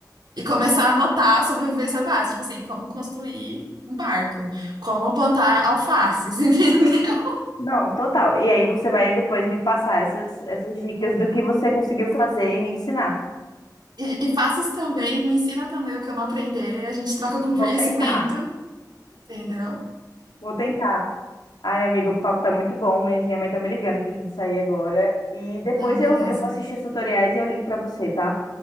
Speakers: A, on the right (about 85°); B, on the left (about 80°).
A: e começar a anotar sobrevivência básica, tipo assim, como construir um barco, como plantar alfaces, <laughs> entendeu?
B: Não, total. E aí você vai depois me passar essas, essas dicas do que você conseguiu fazer e me ensinar.
A: E, e faces também, me ensina também o que eu não aprender, a gente troca com
B: Vou
A: conhecimento,
B: tentar,
A: entendeu?
B: vou tentar. Ai, amigo, o papo tá muito bom, mas minha mãe tá me ligando pra gente sair agora. E depois
A: Não, beleza.
B: eu, eu vou assistir os tutoriais e eu ligo pra você, tá?